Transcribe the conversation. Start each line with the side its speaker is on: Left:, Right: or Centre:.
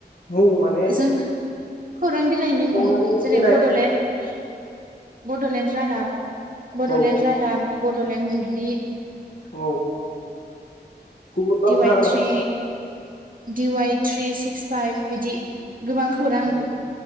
Left: मुं माने
Right: जों खौरां बिलाइनि
Left: खौरां
Right: मुं जेरै
Left: होनाय
Right: बडलेण्ड बडलेण्ड रादाब बडलेण्ड
Left: औ
Right: रादाब बडलेण्ड बुब्लि
Left: औ गुबुनबाबो
Right: दि वाइ
Left: जागोन
Right: थ्रि दि वाइ थ्रि सिक्स फाइभ बिदि गोबां खौरां
Left: आरो